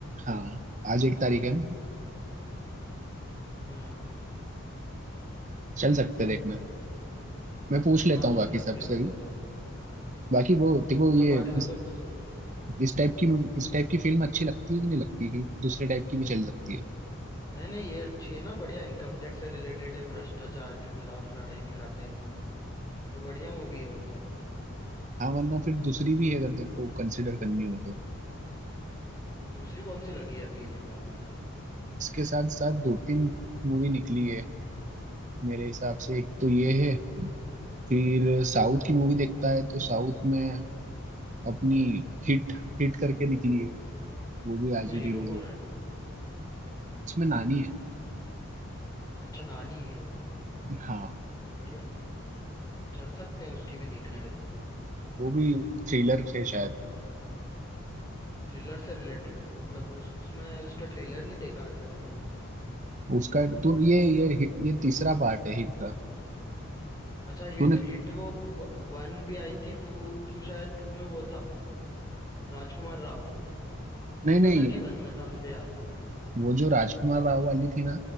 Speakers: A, on the right; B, on the left.
A: हाँ आज एक तारीख है ना
B: हम्म
A: चल सकते हैं देखने मैं पूछ लेता
B: हाँ
A: हूँ
B: चल
A: बाकी
B: सकते
A: सबसे
B: हैं वैसे
A: भी
B: तो
A: बाकी वो देखो ये
B: हाँ बाकी सबसे
A: इस
B: पूछ सकते
A: इस टाइप की इस टाइप की फिल्म अच्छी लगती है कि नहीं लगती कि दूसरे टाइप की भी चल सकती
B: हैं
A: है
B: नहीं नहीं ये अच्छी है ना बढ़िया इनकम टैक्स से रिलेटेड है भ्रष्टाचार के खिलाफ लड़ाई दिखाते हैं इसमें तो बढ़िया मूवी है वो तो
A: हाँ वरना फिर दूसरी भी है अगर देखो कंसिडर करनी हो तो
B: दूसरी कौन सी लगी है अभी फिलहाल वैसे
A: इसके साथ साथ दो तीन मूवी निकली है मेरे हिसाब से एक तो ये है फिर साउथ की मूवी देखता है तो साउथ में अपनी हिट हिट करके निकली है वो भी
B: उसमें
A: आज ही
B: हीरो
A: रिलीज
B: कौन
A: हुई
B: है अभी
A: उसमें नानी है
B: अच्छा नानी हीरो है
A: हाँ
B: बढ़िया चल सकते हैं उसकी भी देखने वैसे तो
A: वो भी थ्रिलर से शायद
B: थ्रिलर से रिलेटेड है मतलब उस उसमें उसका ट्रेलर नहीं देखा वैसे मैंने
A: उसका तू ये ये ये तीसरा पार्ट है हिट का
B: अच्छा हिट
A: तूने
B: हिट वो वन भी आई थी टू टू शायद टू में वो था राजकुमार राव टू
A: नहीं
B: में
A: नहीं
B: था कि वन में था मुझे याद नहीं है
A: वो जो राजकुमार राव वाली थी ना